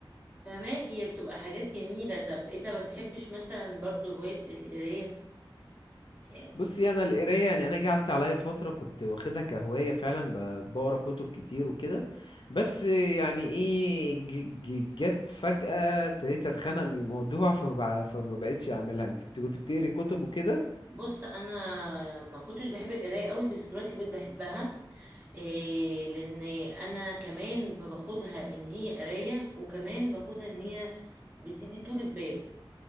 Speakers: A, on the right; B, on the left.
A: فهماك هي بتبقى حاجات جميلة طب انت ما بتحبش مثلا برضو هواية القراية يعني
B: بصي انا القرايه يعني انا جه قعدت عليا فتره كنت واخدها كهوايه فعلا ب- بقرا كتب كتير وكده بس يعني ايه ج- ج- جت فجاه ابتديت اتخنق من الموضوع فما بع- فما بقتش اعملها انت بت- كنت بتقري كتب وكده
A: بص انا ما كنتش بحب القرايه قوي بس دلوقتي بقيت بحبها إيه لان انا كمان باخدها ان هي قرايه وكمان باخدها ان هي بتدي طولة بال